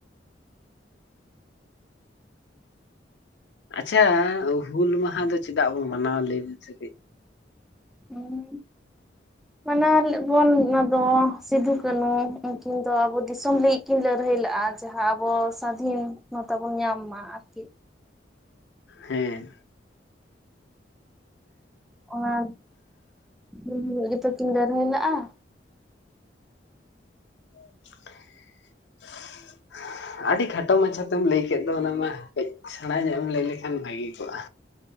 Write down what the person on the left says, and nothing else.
ᱟᱪᱪᱷᱟ ᱦᱩᱞ ᱢᱟᱦᱟ ᱫᱚ ᱪᱮᱫᱟᱜ ᱵᱚᱱ ᱢᱟᱱᱟᱣ ᱞᱟᱹᱭ ᱵᱤᱱ ᱥᱮ ᱠᱟᱹᱡ?
ᱦᱮᱸ
<unintelligible> ᱟᱹᱰᱤ ᱠᱷᱟᱴᱚ ᱢᱟᱪᱷᱟᱛᱮᱢ ᱞᱟᱹᱭ ᱠᱮᱫ ᱫᱚ ᱚᱱᱟ ᱢᱟ ᱠᱟᱹᱡ ᱥᱮᱬᱟ ᱧᱚᱜ ᱮᱢ ᱞᱟᱹᱭ ᱞᱮᱠᱷᱟᱱ ᱵᱷᱟᱹᱜᱮ ᱠᱚᱜᱼᱟ